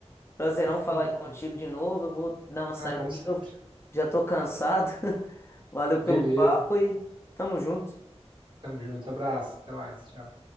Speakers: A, on the left; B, on the right.
A: Prazerão
B: Isso
A: falar
B: aí,
A: aí
B: isso
A: contigo
B: aí.
A: de novo. Eu vou dar uma saída
B: Ah, como
A: aqui
B: sempre.
A: que eu já tô cansado. <laughs> Valeu
B: Beleza.
A: pelo papo e tamo junto.
B: Tamo junto. Abraço. Até mais. Tchau.